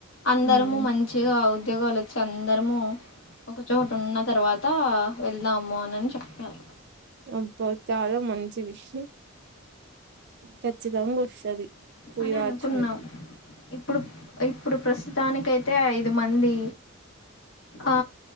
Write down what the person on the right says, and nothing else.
అవును
అబ్బా చాలా మంచి విషయం ఖచ్చితంగా వస్తది పోయి
రావచ్చు
మీరు